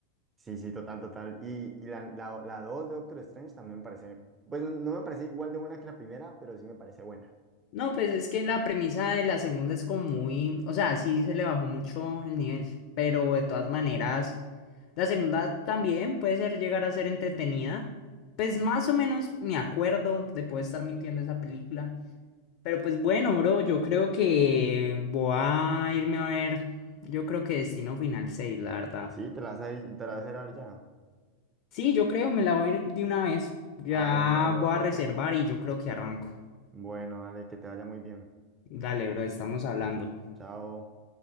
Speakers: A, on the right; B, on the left.
A: Sí, sí, total, total. Y, y la, la, la dos de Doctor Strange también me parece, pues no, no me parece igual de buena que la primera, pero sí me parece buena.
B: No, pues es que la premisa de la segunda es como muy, o sea, sí se le bajó mucho el nivel, pero de todas maneras, la segunda también puede ser llegar a ser entretenida. Pues más o menos me acuerdo de poder estar mintiendo esa película. Pero pues bueno, bro, yo creo que voy a irme a ver, yo creo que Destino Final seis, la verdad.
A: Sí, te la vas a, te la vas a ir a ver ya.
B: Sí, yo creo, me la voy a ir de una vez. Ya
A: Ah, bueno, bro,
B: voy
A: suerte.
B: a reservar y yo creo que arranco.
A: Bueno, dale, que te vaya muy bien.
B: Dale, bro, estamos hablando.
A: Chao.